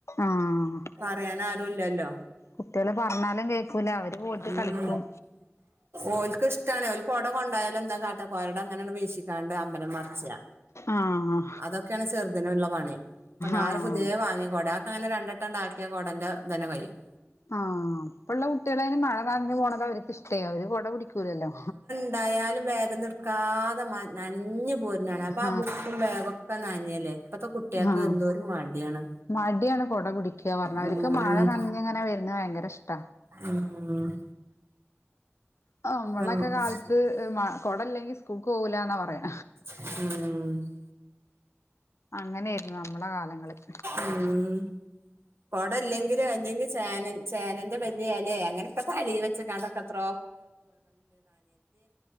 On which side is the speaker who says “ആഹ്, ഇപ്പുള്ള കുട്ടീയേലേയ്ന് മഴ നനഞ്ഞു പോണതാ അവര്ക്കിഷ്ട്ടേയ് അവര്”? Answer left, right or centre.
Left